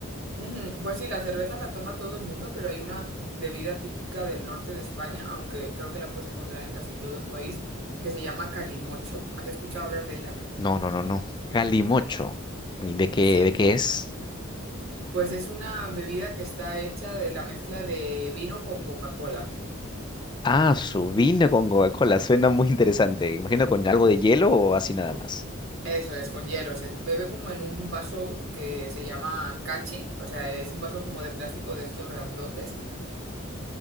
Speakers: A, on the right; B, on the left.
A: Ujú, Pues sí, la cerveza la toma todo el mundo, pero hay una bebida típica del norte de España, aunque creo que la puedes encontrar en casi todo el país, que se llama calimocho. ¿Has escuchado hablar de ella?
B: No, no, no, no. Calimocho. ¿Y de qué,
A: Sí,
B: de qué es?
A: pues es una bebida que está hecha de la mezcla de vino con Coca-Cola.
B: Ah, su vino con Coca-Cola. Suena muy interesante. Imagino con algo de hielo o así nada más.
A: Eso es, con hielo. Se bebe como en un vaso que se llama cachi, o sea, es un vaso como de plástico de estos grandotes.